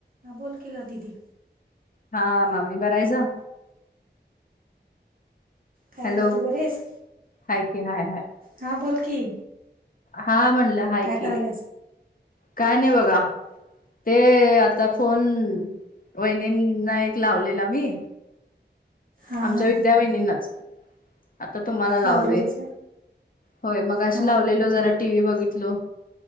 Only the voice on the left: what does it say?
हा, मामी बरं हायसा.
हॅलो
हाय की हाय हाय
हा म्हणलं हाय
की काय नाही बघा. ते, आता फोन वहिनीना एक लावलेला मी.
आमच्या
विद्या वहिनींनाचं. आता तुम्हाला लावलोय.
होयं, मगाशी
लावलेलो जरा, टी व्ही बघितलो,